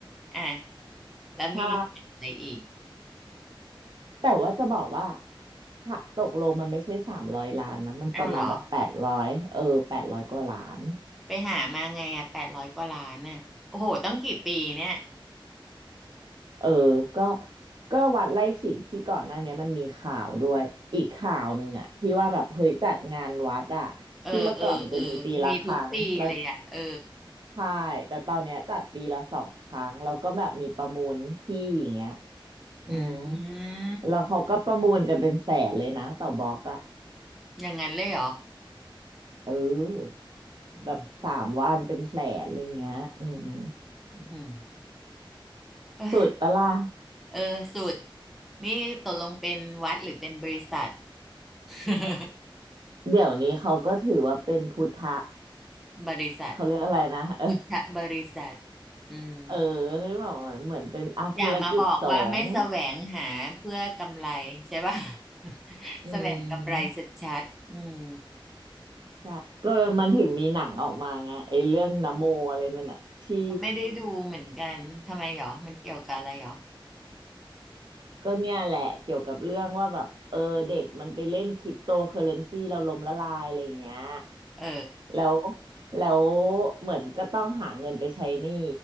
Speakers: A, in the centre; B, on the right (about 55°).
A: อ่ะแล้วมีอะไรอีก
B: ใช่แต่ว่าจะบอกว่าถ้าตกลงมันไม่ใช่สามร้อยล้านนะมันประมาณแบบแปดร้อยเออแปดร้อยกว่าล้าน
A: เอาเหรอไปหามาไงอ่ะแปดร้อยกว่าล้านน่ะโอ้โหต้องกี่ปีเนี่ย
B: เออก็ก็วัดไร่ขิงที่ก่อนหน้าเนี้ยมันมีข่าวด้วย อีกข่าวหนึ่งอะที่ว่าแบบเฮ้ยจัดงานวัดอะที่เมื่อก่อนมันจะมีปีละครั้งแล้ว
A: เออเออเออมีทุกปีเลยอ่ะเออ
B: ใช่แต่ตอนเนี้ยจัดปีละสองครั้งแล้วก็แบบมีประมูลที่อย่างเงี้ยอืม
A: อืม
B: แล้วเขาก็ประมูลกันเป็นแสนเลยนะต่อบล็อกอะ
A: อย่างนั้นเลยเหรอ
B: เออ
A: อืม
B: แบบสามวันเป็นแสนอะไรเงี้ยอืม
A: อือหือเอ้ย
B: สุดปะล่ะ
A: เออสุดนี่ตกลงเป็นวัดหรือเป็นบริษัท <laughs>
B: เดี๋ยวนี้เขาก็ถือว่าเป็นพุทธะ
A: บริษัท
B: เขาเรียกอะไรนะ <laughs>
A: พุทธบริษัทอืม
B: เออคือแบบเหมือนเป็นอาธุรกิจสงฆ์
A: อย่ามาบอกว่าไม่แสวงหาเพื่อกำไรใช่ป่ะ <laughs>
B: อื
A: แสวงกำไรชัดๆอืม
B: มใช่ก็มันถึงมีหนังออกมาไงไอ้เรื่องนะโมอะไรนั่นน่ะที่
A: ไม่ได้ดูเหมือนกัน ทำไมหรอ มันเกี่ยวกับอะไรหรอ
B: ก็เนี่ยแหละเกี่ยวกับเรื่องว่าแบบเออเด็กมันไปเล่นคริปโตเคอเรนซีเราล้มละลายอะไรอย่างเงี้ย
A: เออ
B: แล้วแล้วเหมือนก็ต้องหาเงินไปใช้หนี้